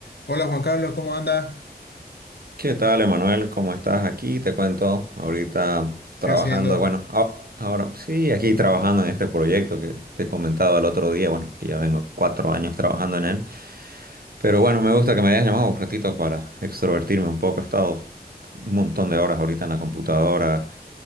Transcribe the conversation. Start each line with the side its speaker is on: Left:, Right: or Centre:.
Left: Hola Juan Carlos, ¿cómo anda?
Right: ¿Qué tal, Emanuel? ¿Cómo estás? Aquí te cuento, ahorita trabajando,
Left: ¿Qué haciendo?
Right: bueno, a- ahora sí, aquí trabajando en este proyecto que te comentaba el otro día, bueno, que ya vengo cuatro años trabajando en él, pero bueno, me gusta que me hayas llamado un ratito para extrovertirme un poco, he estado un montón de horas ahorita en la computadora,